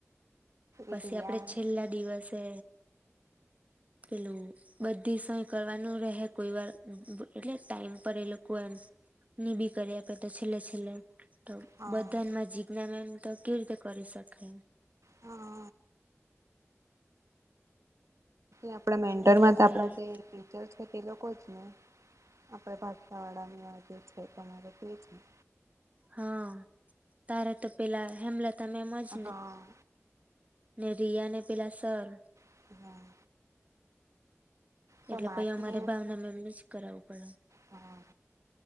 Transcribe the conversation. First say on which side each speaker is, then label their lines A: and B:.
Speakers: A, on the right; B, on the right.
A: પછી
B: એ રિયા
A: આપડે છેલ્લા દિવસે પેલું બધી સય કરવાનું રેહે કોઈ વાર એટલે ટાઈમ પર એ લોકો એમ ની બી કરી આપે તો છેલ્લે- છેલ્લે તો
B: હા
A: બધામાં જીજ્ઞા મેમ તો કેવી રીતે કરી શકે
B: હા. આપણા મેન્ટરમાં
A: એટલે
B: તો
A: પહી
B: આપડા જે ટીચર્સ છે તે લોકો જ ને આપણે ભાસ્કા વાળાની આ જે છે તમારે તે છે.
A: હા તારે તો પેલા હેમલતા મેમ જ
B: હા
A: ને રિયા ને પેલા સર
B: એના તો
A: એટલે
B: માર્કને
A: પછી અમારે ભાવના મેમને જ કરાવું પડે.
B: હા.